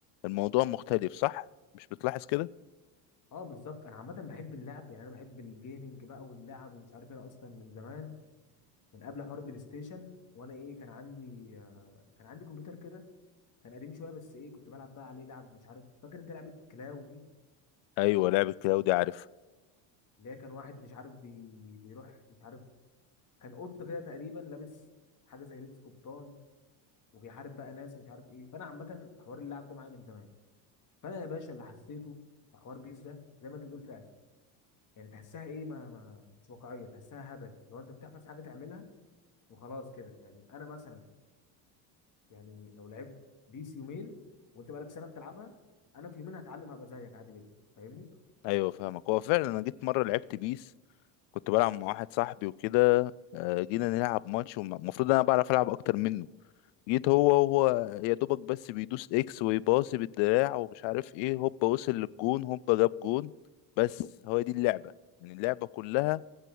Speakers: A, on the left (about 65°); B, on the left (about 40°).
A: الموضوع مختلف صح مش بتلاحظ كده
B: أه بالظبط أنا عامة بحب اللعب يعني أنا بحب الجيمنج بقى واللعب ومش عارف إيه. أنا أصلا من زمان من قبل حوار البلاي ستيشن وأنا ايه كان عندي آه، كان عندي كمبيوتر كده كان قديم شوية بس ايه كنت بلعب بقى عليه لعب مش عارف فاكر أنت لعبة كلاو دي
A: ايوه لعبة كلاودي عارف
B: اللي هي كان واحد مش عارف بي... بيروح مش عارف كان قط كده تقريبا لابس حاجه زي لبس قبطان وبيحارب بقى ناس ومش عارف ايه فانا عامه حوار اللعب ده معايا من زمان فانا يا باشا اللي حسيته في حوار بيس ده زي ما انت بتقول فعلا يعني تحسها ايه ما, ما مش واقعيه تحسها هبل لو انت بتحفظ حاجه تعملها وخلاص كده يعني انا مثلا يعني لو لعبت بيس يومين وانت بقالك سنه بتلعبها انا في يومين هتعلم هبقى زيك عادي جدا فاهمني
A: ايوه فاهمك هو فعلا انا جيت مره لعبت بيس كنت بلعب مع واحد صاحبي وكده آه، جينا نلعب ماتش والمفروض انا بعرف العب اكتر منه جيت هو هو يا دوبك بس بيدوس اكس ويباصي بالدراع ومش عارف ايه هوبا وصل للجون هوبا جاب جون بس هو دي اللعبه يعني اللعبه كلها